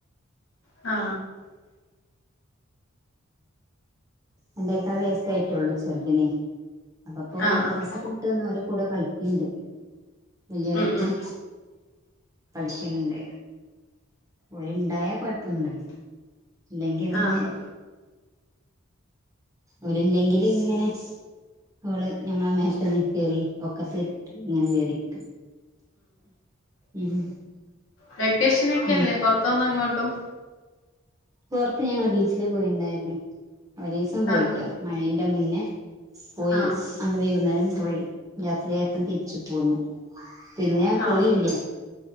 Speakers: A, on the left; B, on the right.
A: ആ
B: രണ്ടേകാൽ വയസ്സ് പ്പായിട്ടുള്ളു ചെറ്തിന് അപ്പപ്പൊല്
A: ആഹ്
B: മദ്രസ
A: ആഹ്
B: പ്പ വിട്ട് വെന്ന് ഓലെ കൂടെ കളിക്ക്‌ണ്ട് വെല്യോരൊപ്പം
A: ഉം ഉം
B: കളിക്ക്‌ണ് ണ്ട് ഓല് ണ്ടായാ കൊയപ്പൊന്നുല്ല ഇല്ലെങ്കി പിന്നെ
A: ആഹ്
B: ഓരില്ലെങ്കിലിങ്ങനെ ഓള് ഞമ്മളെ മേത്തെന്നെ കേറി ഒക്കത്ത് ങ്ങനെ കേറി ഇരിക്കും ഉം
A: വെക്കേഷനൊക്കല്ലേ
B: ഉം
A: പൊർത്തുന്നെങ്ങോട്ടും
B: പൊർത്ത് ഞങ്ങള് ബീച്ചില് പോയിണ്ടായിര്ന്ന് ഒരീസം പോയിട്ടോ
A: ആഹ്
B: മഴന്റെ മുന്നേ പോയി
A: ആഹ്
B: അന്ന് വൈകുന്നേരം പോയി രാത്രിയായപ്പം തിരിച്ച് പോന്നു പിന്നെ ഞാൻ
A: ആഹ്
B: പോയില്ല